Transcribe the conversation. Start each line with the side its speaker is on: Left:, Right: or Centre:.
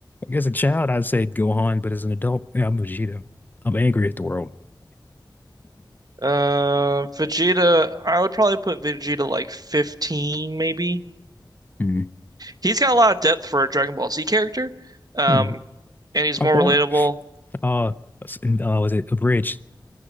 Left: Like, as a child, I'd say Gohan, but as an adult, yeah, I'm Vegeta. I'm angry at the world.
Right: Uh, Vegeta, I would probably put Vegeta like 15, maybe.
Left: Mm.
Right: He's got a lot of depth for a Dragon Ball Z character. Um,
Left: Mm.
Right: and he's
Left: I
Right: more
Left: want
Right: relatable.
Left: uh, s- and, uh was it a bridge?